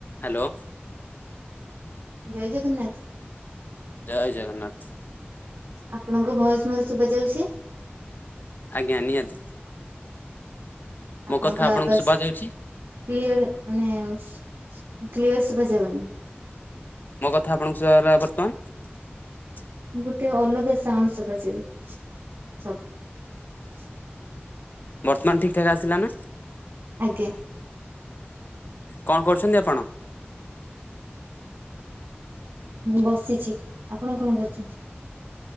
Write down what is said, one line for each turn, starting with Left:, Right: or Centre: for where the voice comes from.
Left: Hello.
Right: ଜୟ ଜଗନ୍ନାଥ।
Left: ଜଏ ଜଗନ୍ନାଥ।
Right: ଆପଣଙ୍କୁ ଭଏସ ମୋର ଶୁଭ ଯାଉଛି
Left: ଆଜ୍ଞା ନିହାତି। ମୋ
Right: ଆପଣଙ୍କ
Left: କଥା ଆପଣଙ୍କୁ
Right: ଆବାସ
Left: ଶୁଭା ଯାଉଛି?
Right: କ୍ଲିୟର ମାନେ କ୍ଲିୟର ଶୁଭାଯିବନି।
Left: ମୋ କଥା ଆପଣଙ୍କୁ ସୂଭାଗଲା ବର୍ତ୍ତମାନ।
Right: ଗୋଟେ ଅଲଗା ସାଉଣ୍ଡ ସୁଭାଯାଉଛି ସବୁ।
Left: ବର୍ତ୍ତମାନ ଠିକ ଠାକ ଆସିଲା ନା।
Right: ଆଜ୍ଞା।
Left: କଣ କରୁଚନ୍ତି ଆପଣ?
Right: ବସିଛି ଆପଣ କଣ କରୁଚନ୍ତି?